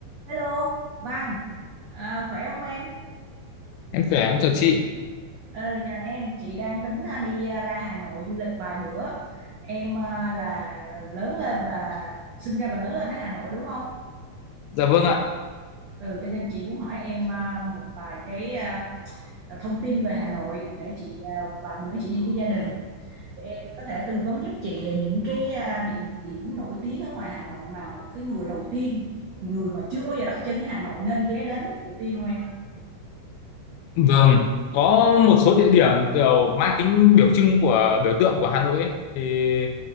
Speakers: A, on the right; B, on the left.
A: Hello, Văn, à, khỏe không em?
B: Em khỏe, em chào chị.
A: Ờ, dạ em, chị đang tính à, đi à, ra Hà Nội du lịch vài bữa. Em à, là lớn lên và sinh ra và lớn lên ở Hà Nội đúng không?
B: Dạ vâng ạ.
A: Ừ, cho nên chị muốn hỏi em à, một vài cái à, thông tin về Hà Nội để chị à, và và bữa nữa chị đi với gia đình. Để em có thể tư vấn giúp chị những cái à, địa điểm nổi tiếng ở ngoài Hà Nội mà một cái người đầu tiên, người mà chưa bao giờ đặt chân ở Hà Nội nên ghé đến đầu tiên không em?
B: Vâng, có một số địa điểm kiểu mang tính biểu trưng của biểu tượng của Hà Nội ấy, thì